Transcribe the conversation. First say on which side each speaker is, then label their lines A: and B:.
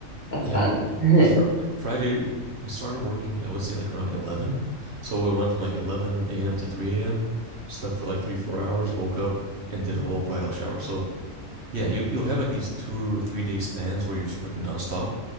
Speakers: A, on the left (about 35°); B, on the right (about 55°).
A: that's
B: Yeah.
A: fun. <laughs>
B: Because fr Friday, we started working, I would say like around 11. So we went from like 11 a.m. to 3 a.m., slept for like three, four hours, woke up and did a whole bridal shower. So yeah, you, you'll have like these two or three day spans where you're just working nonstop.